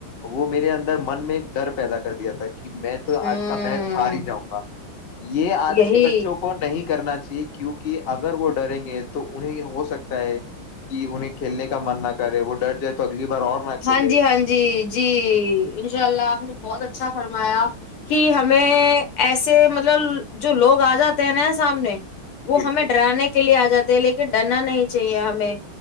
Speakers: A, on the left; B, on the left.
A: وہ میرے اندر من میں ایک ڈر پیدا کر دیا تھا کہ میں تو
B: ہوں
A: آج کا میچ ہار ہی جاؤں و یہ آج
B: یہی
A: کے بچوں کو نہیں کرنا چاہیے کیونکہ اگر وہ ڈریں گے تو انہیں ہو سکتا ہے کہ انہیں کھیلنے کا من نہ کرے وہ ڈر جائے تو اگلی بار اور نہ کھیلے
B: ہاں جی ہاں جی جی ان شاء اللہ آپ بہت اچ اچھا فرمایا کہ ہمیں ایسے مطلب جو لوگ آ جاتے ہیں نا سامنے وہ
A: بالکل
B: ہمیں ڈرانے کے لیے آ جاتا لے کے ڈرنا نہیں چاہیے ہمیں